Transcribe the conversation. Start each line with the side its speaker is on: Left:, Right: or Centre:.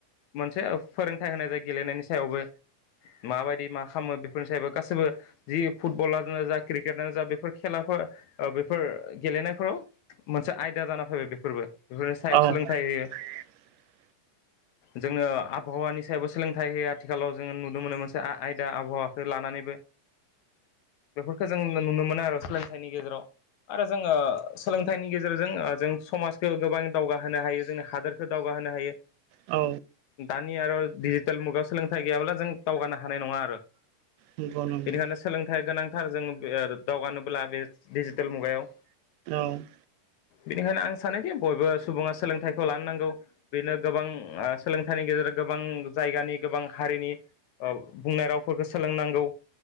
Left: मोनसे फोरोंथाइ होनाय जाय गेलेनायनि सायावबो माबायदि मा खालामो बेफोरनि सायावबो गासैबो जि फुटबलानो जा क्रिकेटानो जा बेफोर खेलाफोर बेफोर गेलेनायफोराव मोनसे आयदा जाना फैबाय बेफोरबो। बेफोरनि सायाव
Right: औ
Left: सोलोंथाइ होयो
Right: <inaudible>
Left: जोङो। आबहावानि सायावबो सोलोंथाइ होयो आथिखालाव जोङो नुनो मोनो मोनसे आयदा आबहावाखौ लानानैबो। बेफोरखौ जों नुनो मोनो आरो सोलोंथाइनि गेजेराव आरो जोङो सोलोंथाइनि गेजेरजों ओ जों समाजखो गोबां दावगाहोनो हायो जोंनि हादोरखौ दावगा होनो हायो।
Right: औ
Left: दानि आरो डिजिटेल मुगायाव सोलोंथाइ गैयाब्ला जों दावगानो हानाय नङा आरो।
Right: नंगौ नंगौ
Left: बेनिखायनो सोलोंथाइ गोनां थार जोंनो बे ओ दावगानोब्ला बे डिजिटेल मुगायाव
Right: उम
Left: बेनिखायनो आं सानोदि बयबो सुबुङा सोलोंथाइखौ लानो नांगौ बेनो गोबां आ सोलों थायनि गेजेरजों गोबां जायगानि गोबां हारिनि ओ बुंनाय रावफोरखौ सोलोंनांगौ।